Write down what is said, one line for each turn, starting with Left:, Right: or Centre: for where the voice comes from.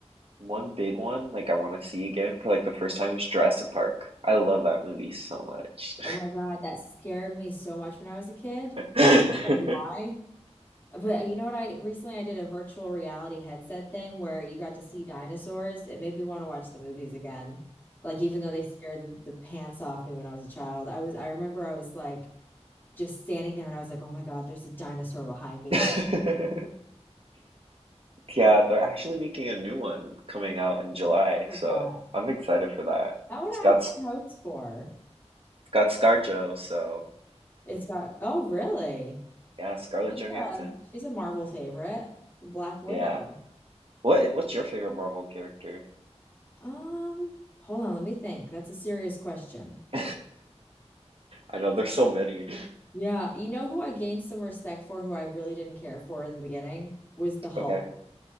Right: One big one, like I want to see again for like the first time, is Jurassic Park. I love that movie so much.
Left: Oh my God, that scared me so much when I was a kid.
Right: <laughs>
Left: I don't know Why? But uh, you know what? I recently I did a virtual reality headset thing where you got to see dinosaurs. It made me want to watch the movies again. Like even though they scared the, the pants off me when I was a child, I was I remember I was like just standing there and I was like, oh my God, there's a dinosaur behind me.
Right: Yeah.
Left: Is
Right: <laughs> Yeah, they're actually making a new one coming out in July, so
Left: that
Right: I'm excited for that.
Left: not what
Right: It's got
Left: I have high
Right: it's
Left: hopes for?
Right: got ScarJo, so
Left: It's got oh really?
Right: yeah, Scarlett
Left: She's
Right: Johansson.
Left: a she's a Marvel favorite, Black Widow.
Right: Yeah. What what's your favorite Marvel character?
Left: Um, hold on, let me think. That's a serious question.
Right: <laughs> I know there's so many.
Left: Yeah, you know who I gained some respect for, who I really didn't care for in the beginning was the Hulk.
Right: Okay,